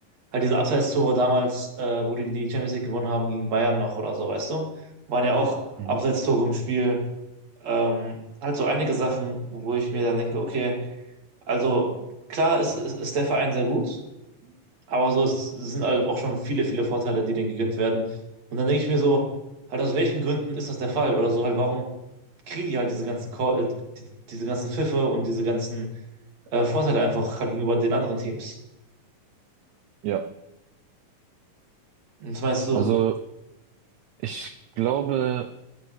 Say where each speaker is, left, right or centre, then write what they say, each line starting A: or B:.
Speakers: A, on the right; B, on the right.
A: halt diese Abseits-Tore damals, äh, wo die die Champions League gewonnen haben gegen Bayern noch oder so, weißt du, waren ja auch
B: Mhm.
A: Abseits-Tore im Spiel, ähm, halt so einige Sachen, wo ich mir dann denke, okay, also klar ist, ist, ist der Verein sehr gut, aber so es sind halt auch schon viele, viele Vorteile, die denen gegönnt werden. Und dann denke ich mir so, halt aus welchen Gründen ist das der Fall? Oder so halt, warum kriegen die halt diese ganzen, Call, äh, die, diese ganzen Pfiffe und diese ganzen äh, Vorteile einfach halt gegenüber den anderen Teams?
B: Ja,
A: Und was meinst du?
B: Also ich glaube,